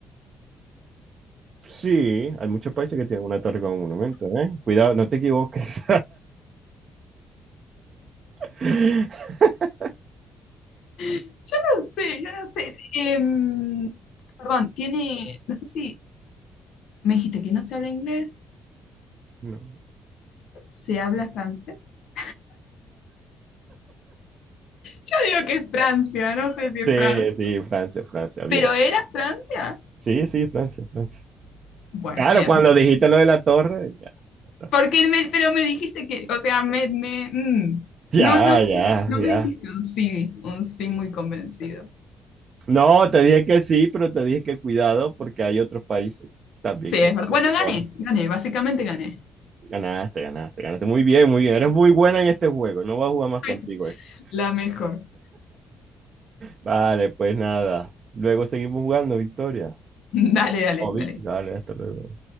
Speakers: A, on the right (about 50°); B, on the left (about 75°).
A: Sí, hay muchos países que tienen una torre como monumento, ¿eh? Cuidado, no te equivoques. <laughs>
B: Yo no sé, yo no sé. Em, perdón, tiene, no sé si me dijiste que no se habla inglés,
A: No.
B: se habla francés. Yo digo que es Francia, no sé si
A: Sí,
B: es Francia.
A: sí, Francia, Francia, bien.
B: ¿Pero era Francia?
A: Sí, sí, Francia, Francia.
B: Bueno,
A: Claro,
B: bien.
A: cuando dijiste lo de la torre, ya, ya está.
B: Porque me- pero me dijiste que, o sea, me, me- mm.
A: Ya,
B: No, no,
A: ya,
B: no
A: ya.
B: me dijiste un sí, un sí muy convencido.
A: No, te dije que sí, pero te dije que cuidado porque hay otros países también
B: Sí,
A: que
B: es
A: tienen
B: verdad. Bueno, gané,
A: torre.
B: gané, básicamente gané.
A: Ganaste, ganaste, ganaste. Muy bien, muy bien. Eres muy buena en este juego. No voy a jugar
B: Soy
A: más contigo esto.
B: la mejor.
A: Vale, pues nada. Luego seguimos jugando, Victoria.
B: <laughs> Dale, dale,
A: Oh, Vicky,
B: dale.
A: vale, hasta luego.